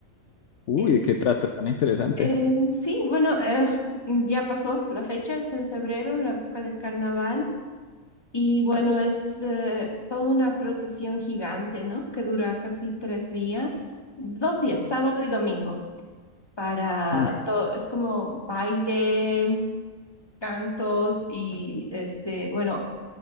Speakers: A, on the left; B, on the left.
A: Uy,
B: Es
A: ¿de qué trata? Está muy interesante.
B: eh, sí, bueno, eh, ya pasó la fecha, es en febrero, la época del carnaval. Y bueno, es eh, toda una procesión gigante, ¿no? Que dura casi tres días, dos días, sábado y domingo, para
A: Uy.
B: todo, es como baile, cantos y este, bueno,